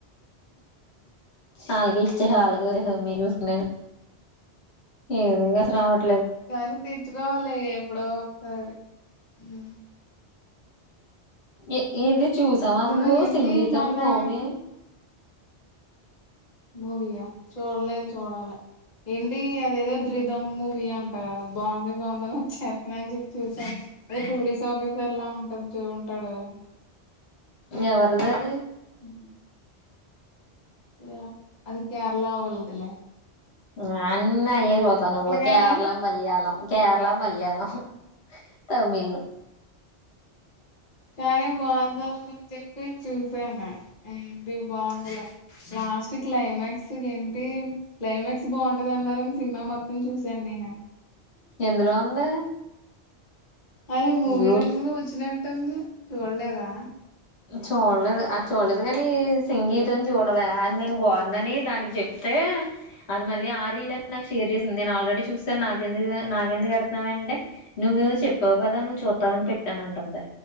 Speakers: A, on the left (about 75°); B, on the left (about 40°).
A: వాళ్ళకే ఇచ్చి వాళ్ళకే వదిలేసావ్ మీరుచుసుకునే ఏదో ఇగ <unintelligible>
B: కానీ తీచ్చుకోవాలి ఎప్పుడో ఒకసారి మ్
A: ఏ ఏది చూసావ
B: అవును
A: నువ్వు
B: ఏంటి
A: సంగీతం
B: మొన్న
A: మూవీ
B: మూవి యా చూడలేద్ చూడాలి ఏంటి అదేదో ద్రిధమ్ మూవీ అంట బాగుంది బాగుందని చెప్పన్నా అని చెప్పి చూసాను అదే పోలీస్ ఆఫీసర్ లా ఉంటది చూ ఉంటాడు
A: ఏవదరి దద్
B: ఉ అ అది కేరళ వోల్దిలే
A: ఆ అన్నీ అయ్యే చుత్తవ్ నువ్వు కేరళ
B: కదా
A: మలయాళం కేరళ మలయాళం తమిళ్ళు
B: కానీ బాంద చె నేన్ చూసాన ఏంటి బాందిలే లాస్ట్ క్లైమాక్స్ ఏంటి క్లైమాక్స్ బావుంటది అన్నారని సినిమా మొత్తం చూశాను నేను
A: ఎందులో ఉంది
B: అది మూవీరూల్జ్
A: యూ
B: లో వచ్చినట్టు ఉంది చూడలేదా
A: చూడలేదు అది చూడలేదు గాని సంగీతం చూడవే అది నేను బావుందని దానికి చెప్తే ఏ అది మళ్ళీ ఆ రీలే నాకు షేర్ చేసింది నేన్ ఆల్రెడీ చూసాను నాకు ఎందుకు నాకు ఎందుకు ఎడతన్నావ్ అంటే నువ్వు చెప్పావు కదా నువ్వు చూత్తవని పెట్టాను అంటందే